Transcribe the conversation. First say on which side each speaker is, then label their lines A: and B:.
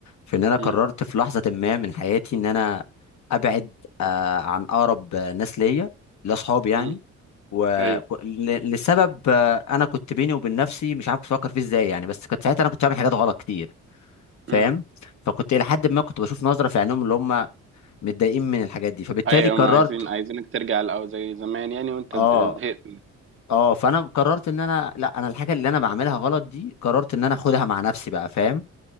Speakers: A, on the left; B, on the right.
A: في ان انا قررت
B: امم
A: في لحظه ما من حياتي ان انا ابعد آه عن اقرب ناس ليا لاصحابي يعني
B: امم
A: و...
B: ايوه
A: ك- ل... لسبب آه، انا كنت بيني وبين نفسي مش عارف بفكر فيه ازاي يعني بس كنت ساعتها انا كنت بعمل حاجات غلط كتير فاهم
B: امم
A: فكنت الى حد ما كنت بشوف نظره في عينهم اللي هم متضايقين من الحاجات دي فبالتالي
B: ايوه
A: قررت
B: هم عايزين عايزينك ترجع الاول زي زمان يعني وانت
A: اه
B: زهقت
A: اه فانا قررت ان انا لا انا الحاجه اللي انا بعملها غلط دي قررت ان انا اخدها مع نفسي بقى فاهم